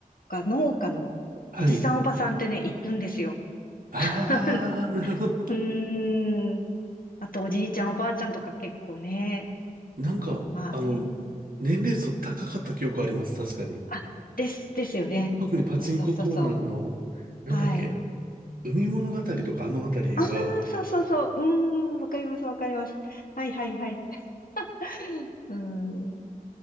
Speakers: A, on the left (about 80°); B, on the right (about 80°).
A: とか農家のおじさんおばさんってね、
B: はい。
A: 行くんですよ。
B: ああ、
A: <laughs>
B: なるほど。
A: うーん。あと、おじいちゃんおばあちゃんとか結構ね。
B: なんか、
A: うん、まあね。
B: あの、年齢層高かった記憶あります。確かに。
A: あ、です、ですよね。
B: 特にパチンココーナーの、
A: そうそうそうそ
B: なんだっけ、
A: う。はい。
B: 海物語とかあのあたりは、
A: ああ、そうそうそう。うーん、わかります、わかります。はい、はい、はい。<laughs> うーん。